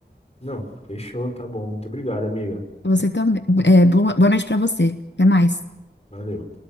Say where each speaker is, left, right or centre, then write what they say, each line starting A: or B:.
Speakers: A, on the left; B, on the left.
A: Não, fechou, tá bom. Muito obrigado, amiga.
B: Você também. É, boa boa noite pra você. Até mais.
A: Valeu.